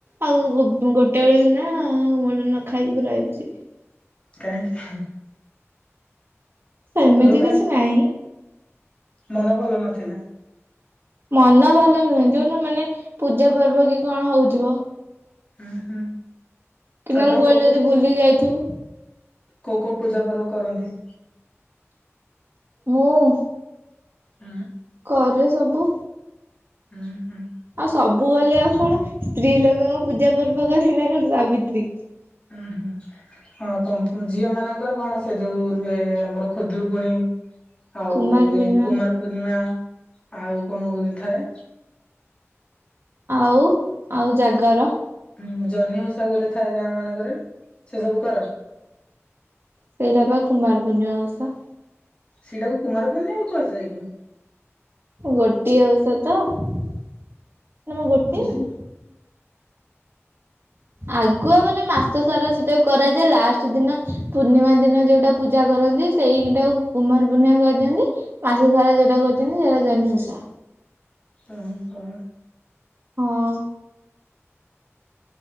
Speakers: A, on the right; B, on the left.
A: ଆଉ ବୁ ଗୋଟେ ଗୋଟେ ଦିନ ମୁଳୁରୁ ନ ଖାଇକି ବି ରହିଯିବି।
B: କାହିଁକି ଖା।
A: ସେମିତି
B: ମୋର କାହିଁ
A: କିଛି ନାହିଁ।
B: ମନ ଭଲ ନଥିଲା।
A: ମନ ଭଲ ନୁହେଁ ଯଉଦିନ ମାନେ ପୂଜା ପର୍ବ କି କଣ ହଉଥିବ।
B: ଉଁ ହୁଁ।
A: କେନାଲ୍
B: ଆପଣ
A: କୁଆଡ଼େ
B: କୋଉ
A: ଯଦି ବୁଲି ଯାଇଥିବୁ।
B: କଉ କଉ ପୂଜା ପର୍ବ କରନ୍ତି?
A: ମୁଁ।
B: ହୁଁ।
A: କରେ ସବୁ।
B: ଉଁ ହୁଁ।
A: ଆଉ ସବୁ ବୋଲି ଆଉ କଣ ସ୍ତ୍ରୀ ଲୋକଙ୍କ ପୂଜା ପର୍ବ କରେ ନା କଣ ସାବିତ୍ରୀ।
B: ଉଁ ହୁଁ ହ କ ଝିଅ ମାନଙ୍କର କଣ ସେ ଯୋଉ ରୁହେ ଆମର ଖୁଦୁରୁକୁଣୀ। ଆଉ
A: କୁମାର
B: ରୁହେ
A: ପୂର୍ଣ୍ଣିମା
B: କୁମାର ପୂର୍ଣ୍ଣିମା ଆଉ କଣ ଗୁରେ ଥାଏ?
A: ଆଉ ଆଉ ଜାଗର।
B: ହୁଁ ଜହ୍ନିଓସା ଗୁରେ ଥାଏ ଗାଁ ମାନଙ୍କରେ ସେ ସବୁ କର?
A: ସେଇରା ପା କୁମାର ପୁର୍ଣିମା ଓଷା।
B: ସେଇଟା କୁ କୁମାର ପୂଣ୍ଣିମା କୁହାଯାଏ କି?
A: ଗୋଟିଏ ଉଷା ତ ନମ ଗୋଟିଏ
B: ଜି
A: ନା? ଆଗୁଆ ମାନେ ମାସ ସାରା ସେଟା କୁ କରାଯାଏ ଲାଷ୍ଟ ଦିନ ପୂର୍ଣ୍ଣିମା ଦିନ ଯୋଉଟା ପୂଜା କରନ୍ତି ସେଇଟାକୁ କୁମାର ପୂର୍ଣ୍ଣିମା କହିଦିଅନ୍ତି। ମାସ ସାରା ଯୋଉଟା କରୁଛନ୍ତି ସେଟା ଜହ୍ନି ଓଷା।
B: ଓ ହୋ।
A: ହଁ।